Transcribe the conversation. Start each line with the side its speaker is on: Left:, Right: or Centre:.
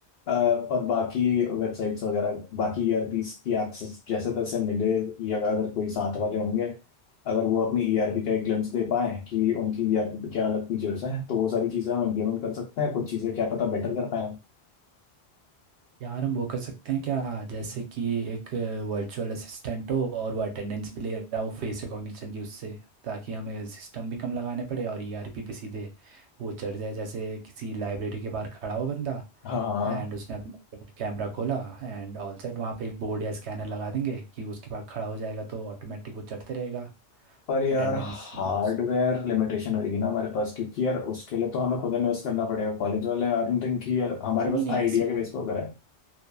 Left: अ, और बाकी वेबसाइट्स वगैरह बाकी ईआरपीस की एक्सेस जैसे तैसे मिले या अगर कोई साथ वाले होंगे अगर वो अपनी ईआरपी का एक ग्लिम्स दे पाए कि उनकी ईआरपी पे क्या अलग फीचर्स हैं तो वो सारी चीज़ें हम इम्प्लीमेंट कर सकते हैं कुछ चीज़ें क्या पता बेटर कर पाए
Right: यार हम वो कर सकते हैं क्या जैसे कि एक वर्चुअल असिस्टेंट हो और वो अटेंडेंस भी ले रहा हो फेस रिकॉग्निशन की उससे ताकि हमें सिस्टम भी कम लगाने पड़े और ईआरपी पे सीधे वो चढ़ जाए जैसे किसी लाइब्रेरी के बाहर खड़ा हो बंदा
Left: हाँ हाँ
Right: एंड उसने अपना कैमरा खोला एंड ऑल सेट वहाँ पे एक बोर्ड या स्कैनर लगा देंगे कि उसके पास खड़ा हो जाएगा तो ऑटोमेटिक वो चढ़ते रहेगा
Left: पर यार
Right: अटेंडेंस
Left: हार्डवेयर
Right: और उस-
Left: लिमिटेशन होगी ना हमारे पास क्योंकि यार उसके लिए तो हमें खुद इन्वेस्ट करना पड़ेगा कॉलेज वाले आई डोंट थिंक कि यार हमारे
Right: नहीं
Left: पास
Right: नहीं
Left: आइडिया
Right: इसमें
Left: के बेस पे वगैरह है